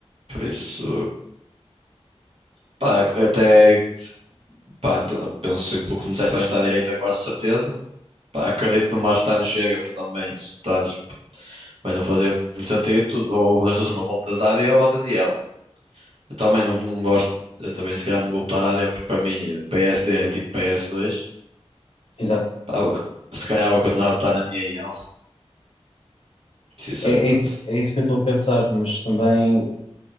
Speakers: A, on the right; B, on the left.
A: Por isso, pá, até, pá, t- penso que pelo que me disseste vais estar à direita, quase certeza. Pá, acredito que não vais votar no Chega, mas também, se votasses, vai não fazer muito sentido. Tu- Ou das duas, uma, votas AD ou votas IL. Eu também não não gosto, eu também se calhar não vou votar AD porque para mim PSD é tipo PS2.
B: exato.
A: Pá, Se calhar vou continuar a votar na minha IL, sinceramente.
B: É, é isso, é isso que eu estou a pensar, mas também,